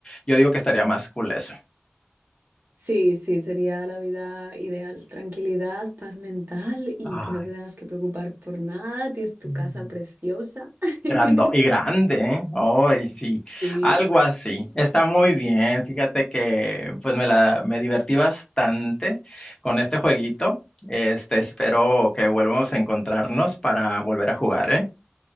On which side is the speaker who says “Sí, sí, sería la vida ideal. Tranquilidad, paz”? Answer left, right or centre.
Right